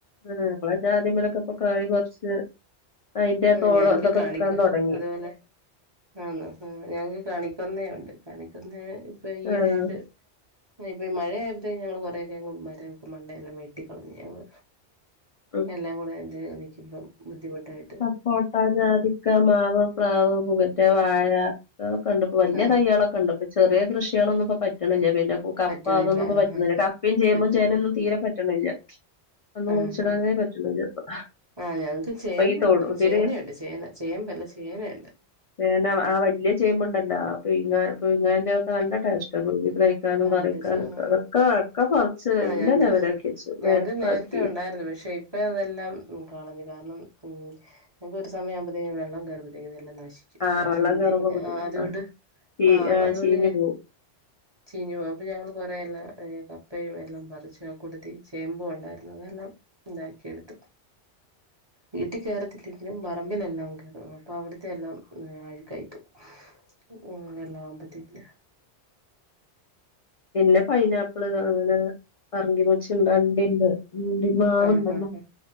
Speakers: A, on the left; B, on the right.
A: ഉം നമ്മളെ ജാതി മരോക്ക ഇപ്പൊ കായി കൊറച്ച് അതിന്റെ
B: ആഹ്
A: തോട്
B: ഞങ്ങക്ക്
A: ഇതൊക്കെ
B: കാണിക്ക
A: വിക്കാൻ തൊടങ്ങി
B: അതുപോലെ ആന്നോ ആഹ് ഞങ്ങക്ക് കണിക്കൊന്നേണ്ട് കണിക്കൊന്ന ഇപ്പൊ ഈയിടയായിട്ട്
A: ആഹ്
B: ഇപ്പൊ ഈ മഴയഴേ <unintelligible> ഞങ്ങള് കൊറേ <unintelligible> മണ്ടെ എല്ലാം വെട്ടിക്കളഞ്ഞ് ഞങ്ങൾ
A: ഉം
B: എല്ലാം കൂടെ ഇത് നിക്കുമ്പം ബുദ്ധിമുട്ടായി
A: സപ്പോട്ടാ ജാതി ക്ക മാവ് പ്ലാവ് പുകറ്റ വാഴ അതൊക്കെ ഇണ്ട് ഇപ്പൊ വല്ല്യ
B: ആഹ്
A: തയ്കളൊ ക്ക ഇണ്ട്പ്പൊ ചെറിയ കൃഷിയാളൊന്നും ഇപ്പ പറ്റ്‌ണ്ല്ല പിന്നെ പൂ കപ്പ
B: പറ്റണില്ല
A: അതൊന്നും പ്പൊ
B: ആഹ്
A: പറ്റ്‌ണ്ല്ല
B: ആഹ്
A: കപ്പിം ചേമ്പും
B: പറ്റുന്നില്ല
A: ചേന ഒന്നും തീരെ പറ്റ്ണ്ല്ല അതൊന്നും
B: ആഹ്
A: കുയ്ച്ച്ടാനേ
B: ആഹ്
A: പറ്റ്ണില്ല ഇപ്പൊ
B: ആഹ് ഞങ്ങക്ക് ചേമ്പ്ണ്ട്
A: അപ്പൊ ഈ തൊടു ഇതില്
B: ചേനയുണ്ട് ചേന ചേമ്പല്ല ചേന ഇണ്ട്
A: പിന്നെ ആഹ് വല്ലിയ ചേമ്പുണ്ടല്ലോ പീങ്ങാ പുഴുങ്ങാൻ്റൊക്കെ നല്ല ടേസ്റ്റാ <unintelligible> ക്കാനും
B: ആഹ്
A: കറിവെക്കാനൊക്കെ
B: ആഹ്
A: അതൊക്കെ ഒക്കെ പർച്ച്
B: ആഹ്
A: എല്ലാം
B: ഞങ്ങക്ക്
A: ലെവലാക്കി വെച്ചു
B: ഞങ്ങക്ക്
A: നെര്പ്പാക്കി
B: നേരത്തെ ഉണ്ടായിരുന്നു പക്ഷെ ഇപ്പ അതെല്ലാം കളഞ്ഞ് കാരണം <unintelligible> ഒരു സമയ ആവുമ്പത്തേക്കും വെള്ളം കേറുമ്പത്തേക്കും ഇതല്ലാം നശിക്കും
A: ആഹ്
B: നശിക്കുമ്പത്തേക്കും
A: വെള്ളം കേറുമ്പോ ബുദ്ധിമുട്ടാ
B: ആഹ് അതുകൊണ്ട്
A: ചീ
B: ആഹ് അതുകൊണ്ട്
A: ചീഞ്ഞു പോവും
B: ചീഞ്ഞ് പോവും അപ്പൊ ഞങ്ങള് കൊറേല്ല <unintelligible> അപ്പയും എല്ലാം പറിച്ചു ആഹ് കൂട്ടത്തി ചേമ്പും ഉണ്ടായിരുന്നു അതെല്ലാം ഇതാക്കിയെടുത്തു വീട്ടിൽ കേറത്തില്ലെങ്കിലും പറമ്പിലെല്ലാം കേറും അപ്പൊ അവ്ട്ത്തെ എല്ലാം അഴുക്കായി പോകും ഉം വെള്ളം ആകുമ്പത്തേക്ക്ന്
A: പിന്നെ പൈനാപ്പ്ള് അങ്ങനെ പറങ്കി മൂച്ചിണ്ട് അണ്ടി ഇണ്ട് ഉം മാവുണ്ടല്ലോ
B: ആഹ് ആഹ് ആഹ്